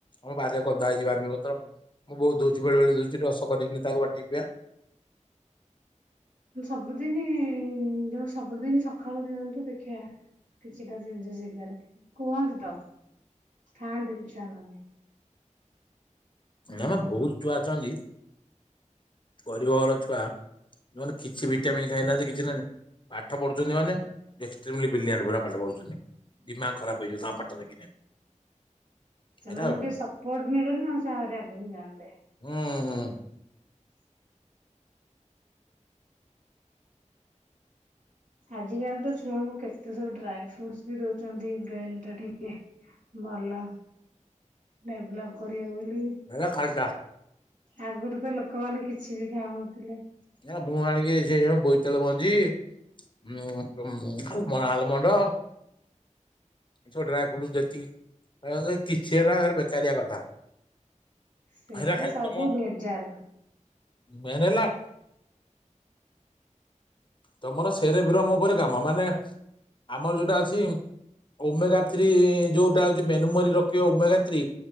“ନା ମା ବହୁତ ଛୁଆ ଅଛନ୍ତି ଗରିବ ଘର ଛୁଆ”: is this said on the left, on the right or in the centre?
Left